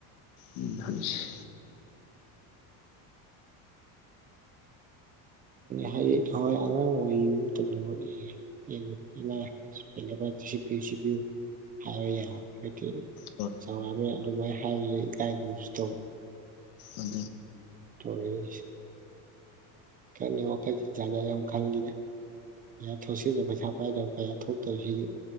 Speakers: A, on the left; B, on the right.
A: ꯎꯝ ꯍꯥꯏꯁ
B: ꯍꯥꯏꯗꯤ ꯊꯋꯥꯏ ꯑꯉꯥꯡ ꯑꯣꯏ ꯃꯇꯝꯗ ꯑꯦ ꯏꯃ ꯀꯩꯅ ꯁꯤꯕꯤꯌꯨ ꯁꯤꯕꯤꯌꯨ ꯍꯥꯏꯕ ꯌꯥ ꯑꯩꯗꯤ
A: ꯍꯣꯏ
B: ꯆꯥꯎꯔꯥꯛꯃꯦ ꯑꯗꯨꯃꯥꯏ ꯍꯥꯏꯔꯤꯁꯦ ꯏꯀꯥꯏꯒꯨꯝꯁꯨ ꯇꯧ
A: ꯑ <inaudible>
B: ꯇ <unintelligible> ꯀꯅꯦ ꯋꯥꯈꯩ ꯖꯒꯥ ꯌꯥꯝꯨ ꯈꯜꯂꯤꯗꯦ ꯀꯌꯥ ꯊꯣꯛꯁꯤꯜꯗꯕ ꯄꯩꯁꯥ ꯄꯥꯏꯗꯕ ꯀꯌꯥ ꯊꯣꯛꯇꯕ